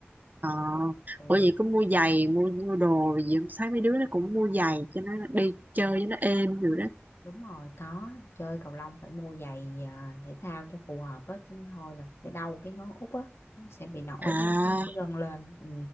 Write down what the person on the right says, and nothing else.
ờ
ủa vậy cũng mua giày mua mua đồ rồi gì không? thấy mấy đứa nó cũng mua giày cho nó đi chơi cho nó êm rồi đó
à